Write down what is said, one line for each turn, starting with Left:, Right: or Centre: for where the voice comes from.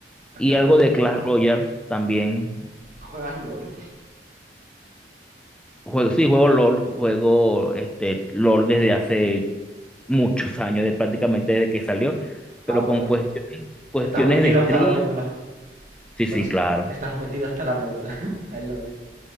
Right: Espera,
Centre: Y algo de Clash Royale también.
Right: ¿juegas LOL?
Centre: Juego, sí, juego LOL, juego este, LOL desde hace muchos años, de, prácticamente desde que salió, pero
Right: Ah, bueno.
Centre: con cuestiones, cuestiones
Right: Estás metido
Centre: de
Right: hasta
Centre: stream.
Right: la médula.
Centre: Sí,
Right: Entonces,
Centre: sí, claro.
Right: estás metido hasta la médula. <laughs> Al LOL.